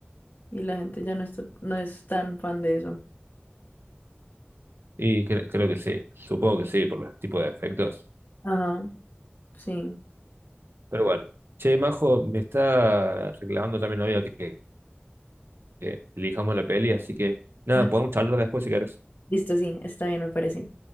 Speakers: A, on the left; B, on the right.
A: y la gente ya no está, no es tan fan de eso.
B: Y cre- creo que sí, supongo que sí, por los tipos de efectos.
A: Ajá, sí.
B: Pero bueno, che, Majo, me está reclamando también novia que, que elijamos la peli, así que nada,
A: Ah,
B: podemos charlar después si querés.
A: Listo, sí, está bien, me parece.